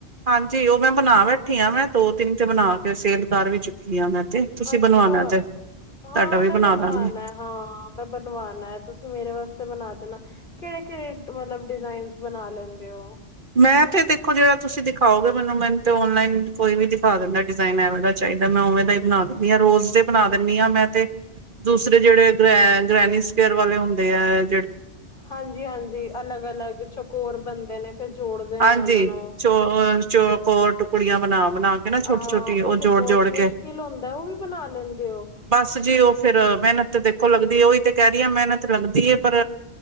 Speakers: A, on the right; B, on the left.
A: ਹਾਂਜੀ ਉਹ ਮੈਂ ਬਣਾ ਬੈਠੀ ਹਾਂ ਮੈਂ ਦੋ ਤਿੰਨ ਤੇ ਬਣਾ ਕੇ ਸੇਲ ਕਾਰ ਵੀ ਚੁੱਕ ਕੀ ਆਣਾ ਤੇ ਤੁਸੀਂ
B: ਅੱਛਾ,
A: ਬਣਵਾਣਾ ਤੇ ਤੁਹਾਡਾ
B: ਹਾਂ
A: ਵੀ
B: ਮੈਂ
A: ਬਣਾ
B: ਬਣਵਾਣਾ
A: ਦਾਂਗੀ।
B: ਹਾਂ ਮੈਂ ਬਣਵਾਣਾ ਹੈ ਤੁਸੀਂ ਮੇਰੇ ਵਾਸਤੇ ਬਣਾ ਦੇਣਾ। ਕਿਹੜੇ ਕਿਹੜੇ ਮਤਲਬ ਡਿਜ਼ਾਇਨ ਬਣਾ ਲੈਂਦੇ ਹੋ।
A: ਮੈਂ ਤੇ ਦੇਖੋ ਜਿਹੜਾ ਤੁਸੀਂ ਦਿਖਾਓਗੇ ਮੈਨੂੰ ਮੈਨੂੰ ਤੇ ਔਨਲਾਈਨ ਕੋਈ ਵੀ ਦਿਖਾ ਦਿੰਦਾ ਡਿਜ਼ਾਇਨ ਇਹ ਵਾਲਾ। ਚਾਹੀਦਾ ਮੈਂ ਉਵੇਂ ਦਾ ਹੀ ਬਣਾ ਦਿੰਦੀ ਹਾਂ ਰੋਜ਼ ਦੇ ਬਣਾ ਦਿੰਦੀ ਹਾਂ ਮੈਂ ਤੇ ਦੂਸਰੇ ਜਿਹੜੇ ਗਰੈਰ ਗ੍ਰੈਨੀ ਸਕੇਅਰ ਵਾਲੇ ਹੁੰਦੇ ਹੈ।
B: ਹਾਂਜੀ ਹਾਂਜੀ ਅਲੱਗ ਅਲੱਗ ਚਕੋਰ ਪੈਂਦੇ ਨੇ। ਫਿਰ ਜੋੜਦੇ ਨੇ
A: ਹਾਂਜੀ
B: ਉਹਨਾਂ ਨੂੰ
A: ਚੋ ਚੋਕੋਰ ਟੁਕੜੀਆਂ ਬਣਾ ਬਣਾ ਕੇ ਨਾ ਛੋਟੀ
B: ਹਾਂ
A: ਛੋਟੀ
B: ਉਹ ਤੇ
A: ਜੋੜ
B: ਬਹੁਤ
A: ਜੋੜ
B: ਮੁਸ਼ਕਿਲ
A: ਕੇ
B: ਹੁੰਦਾ ਉਹ ਵੀ ਬਣਾ ਲੈਂਦੇ ਓ।
A: ਬਸ ਜੀ ਉਹ ਫਿਰ ਮਿਹਨਤ ਦੇਖੋ ਲੱਗਦੀ ਉਹੀ ਤੇ ਕਹਿ ਰਹੀ ਆ ਮਿਹਨਤ ਲੱਗਦੀ ਪਰ